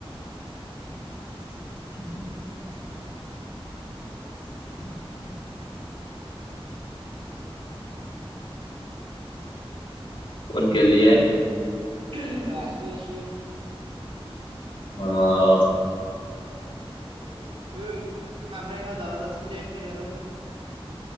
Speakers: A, on the left; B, on the right.
A: <unintelligible> উ কত গলিয়ে
B: এহ আছো আছো।
A: অহ।
B: এ খামৰেঙাত যাবা লাগছিলে একদিন আৰু।